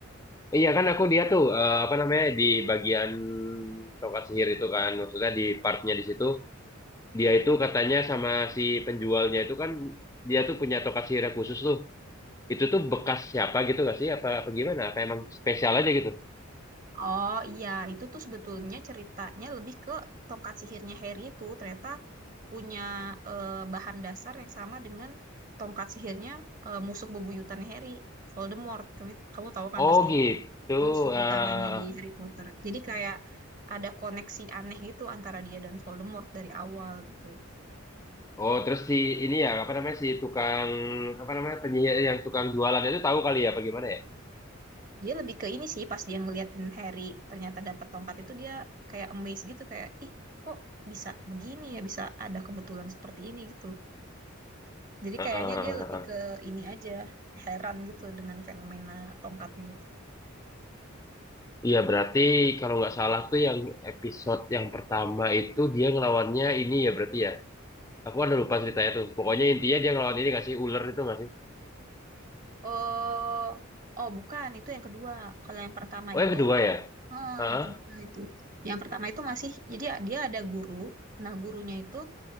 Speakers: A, on the left (about 15°); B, on the right (about 40°).
A: Iya kan aku dia tuh eh, apa namanya di bagian tongkat sihir itu kan maksudnya di partnya di situ dia itu katanya sama si penjualnya itu kan dia tuh punya tongkat sihir yang khusus tuh itu tuh bekas siapa gitu gak sih apa apa gimana apa emang spesial aja gitu
B: Oh iya, itu tuh sebetulnya ceritanya lebih ke tongkat sihirnya Harry itu ternyata punya eh, bahan dasar yang sama dengan tongkat sihirnya eh, musuh bebuyutan Harry, Voldemort. Kamu, kamu tahu kan
A: oh
B: pasti ya,
A: gitu
B: musuh
A: eh
B: utamanya di Harry Potter. Jadi kayak ada koneksi aneh gitu antara dia dan Voldemort dari awal gitu.
A: oh terus si ini ya apa namanya si tukang apa namanya penyihir yang tukang jualan itu tahu kali ya apa gimana ya
B: Dia lebih ke ini sih pas dia ngeliatin Harry ternyata dapat tongkat itu dia kayak amazed gitu kayak ih kok bisa begini ya bisa ada kebetulan seperti ini gitu Jadi
A: Heeh.
B: kayaknya dia lebih ke ini aja, heran gitu dengan fenomena tongkatnya itu.
A: Iya, berarti kalau nggak salah tuh yang episode yang pertama itu dia ngelawannya ini ya berarti ya. Aku ada lupa ceritanya tuh. Pokoknya intinya dia ngelawan ini nggak sih ular itu nggak sih?
B: Oh, oh bukan, itu yang kedua. Kalau yang pertama
A: Oh
B: itu,
A: yang kedua ya?
B: ah,
A: Heeh.
B: yang kedua itu. Yang pertama itu masih, jadi dia ada guru. Nah, gurunya itu